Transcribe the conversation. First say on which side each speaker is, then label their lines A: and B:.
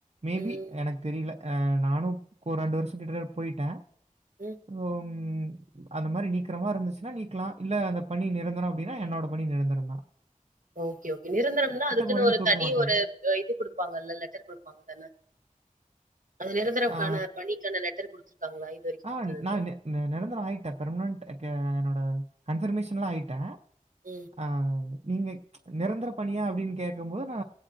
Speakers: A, on the right; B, on the right.
A: மேபி
B: ம், ம்,
A: எனக்கு தெரில ஆ நானும் ஒரு ரெண்டு வருஷம் கிட்டத்தட்ட போயிட்ட
B: ம்.
A: அம் அந்த மாரி நிக்கறமாருந்துச்சினா நீக்கலா இல்ல அந்த பணி நிரந்தரம் அப்டின்னா என்னோட பணி நிரந்தரம்தா
B: ஓகே ஓகே நிரந்தரம்னா அதுக்குன்னு
A: முறையில
B: ஒரு
A: தூக்க
B: தனி
A: மாட்டாங்க.
B: ஒரு இது கொடுப்பாங்கல்ல லெட்டர் கொடுப்பாங்க தானே அந்த நிரந்தரம்கான
A: ஆ
B: பணி காண லெட்டர் குடுத்துருக்காங்களா இது வரைக்கும்
A: ஆ
B: குடுத்தது இல்ல.
A: நானு நிரந்தரம் ஆயிட்ட பெர்மனன்ட் அ க என்னோட கன்பர்மேஷன்லாம் ஆயிட்ட
B: ம்
A: ஆ நீங்க நிரந்தர பணியா அப்டின்னு கேக்கம்போது நா